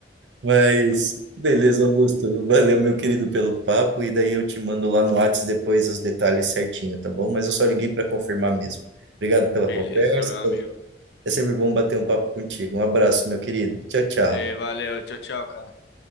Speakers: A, on the right; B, on the left.
A: Mas, beleza, Augusto. Valeu, meu querido, pelo papo. E daí eu te mando lá no Whats depois os detalhes certinho, tá bom? Mas eu só liguei para confirmar mesmo. Obrigado pela
B: Beleza,
A: conversa.
B: meu amigo.
A: É sempre bom bater um papo contigo. Um abraço, meu querido. Tchau, tchau.
B: Ei, valeu, tchau, tchau, cara.